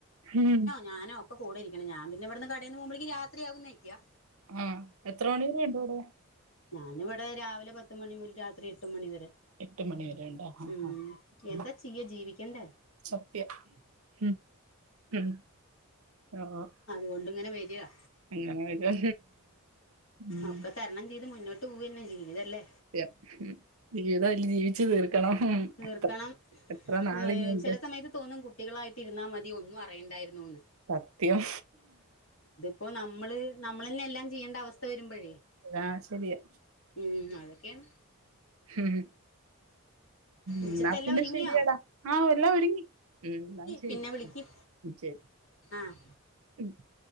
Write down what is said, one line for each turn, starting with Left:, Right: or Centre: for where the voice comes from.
Right: ഉം
Left: ഞാനൊക്കൊ കൂടെ രിക്കണം ഞാൻ പിന്നെ ഇവട്ന്ന് കടേന്ന് പോവുമ്പളേക്ക് രാത്രിയാകുന്ന് വെക്ക്യാ
Right: ഉം എത്ര മണിവരെ ഉണ്ട് വടെ?
Left: ഞാനിവിടെ രാവിലെ പത്ത് മണി മുത് രാത്രി എട്ട് മണിവരെ
Right: എട്ട് മണി വരെ ഉണ്ടോ ആഹ്
Left: ഉം എന്താ
Right: ആഹ്
Left: ചെയ്യ ജീവിക്കണ്ടേ.
Right: സത്യം ഉം ഉം ആഹ്
Left: അതൊണ്ട്ങ്ങനെ വെരാ
Right: <unintelligible> വെരാ ഉം
Left: ഒക്കെ തരണം ചെയ്ത് മുന്നോട്ട് പോവെന്നെ ജീവിതല്ലേ.
Right: ത്യം ജീവിതം ലീവിച്ച് തീർക്കണം.
Left: തീർക്കണം
Right: എത്ര എത്ര നാളിനിയുണ്ട്
Left: ഏഹ് ചെലെ സമയത്ത് തോന്നും കു ട്ടികളായിട്ടിര്ന്നാ മതി ഒന്നും അറിയണ്ടായിരുന്നൂന്ന്.
Right: സത്യം
Left: പ്പോ നമ്മള് നമ്മളെന്നെ എല്ലാം ചെയ്യേണ്ട അവസ്ഥ വെരുമ്പഴേ
Right: ആഹ് ശെരിയാ
Left: ഉം അതൊക്കെണ്.
Right: ഹ് ഹും ഇന്നാ
Left: ഉച്ചത്തെല്ലാം
Right: പിന്നെ
Left: ഒരുങ്ങിയോ
Right: ശരിയെടാ, ആഹ് എല്ലാം ഒരുങ്ങി. ഉം എന്ന ശരി.
Left: പിന്നെ വിളിക്ക്
Right: ഉം ശെരി
Left: ആഹ്
Right: <unintelligible>